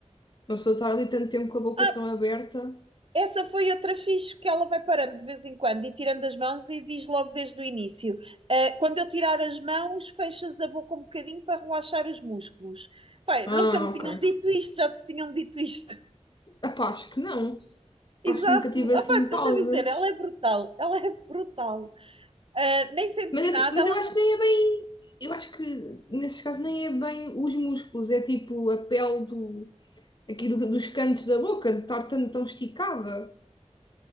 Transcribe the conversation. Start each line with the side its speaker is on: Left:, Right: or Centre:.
Left: Uma pessoa estar ali tanto tempo com a boca
Right: ah,
Left: tão aberta.
Right: Essa foi outra fixe, que ela vai parando de vez em quando e tirando as mãos e diz logo desde o início: eh, quando eu tirar as mãos, fechas a boca um bocadinho para relaxar os músculos. Pai,
Left: Ah,
Right: nunca me tinham
Left: ok.
Right: dito isto, já te tinham dito isto.
Left: Epá, acho que não.
Right: <laughs> Exato,
Left: Acho que nunca tive
Right: Ah,
Left: assim
Right: pá, estou-te
Left: pausas.
Right: a dizer, ela é brutal, ela é brutal. Ah, nem senti
Left: Mas, é assim,
Right: nada,
Left: mas
Right: ela
Left: eu acho
Right: não.
Left: que nem é bem. Eu acho que nesses casos nem é bem os músculos, é tipo a pele do, aqui do- dos cantos da boca, de estar tão, tão esticada.